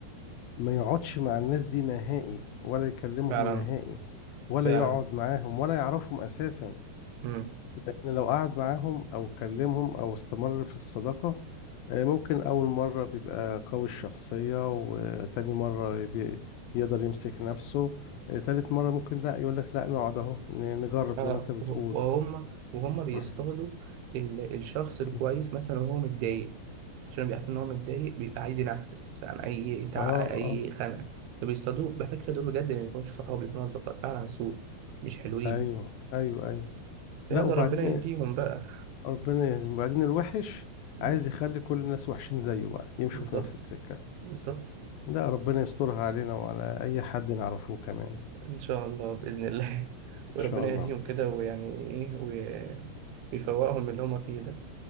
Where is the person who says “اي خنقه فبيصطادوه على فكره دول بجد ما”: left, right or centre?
Right